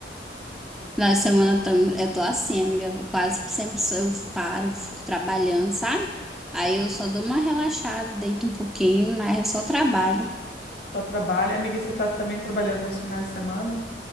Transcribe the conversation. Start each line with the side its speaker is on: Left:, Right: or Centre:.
Centre: Na semana tam- eu tô assim, amiga. eu Quase sempre sou- eu paro, fico trabalhando, sabe? Aí eu só dou uma relaxada, deito um pouquinho, mas é só trabalho.
Left: Só trabalha. Amiga, você tá também trabalhando nos finais de semana?